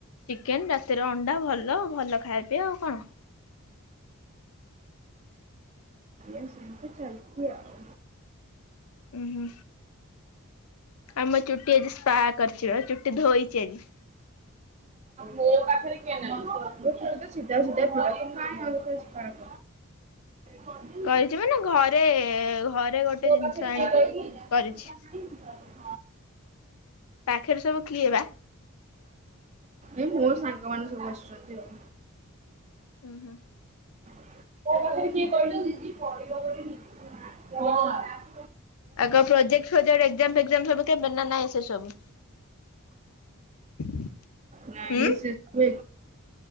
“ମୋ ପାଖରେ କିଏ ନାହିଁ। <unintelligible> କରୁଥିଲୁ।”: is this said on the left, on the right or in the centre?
Right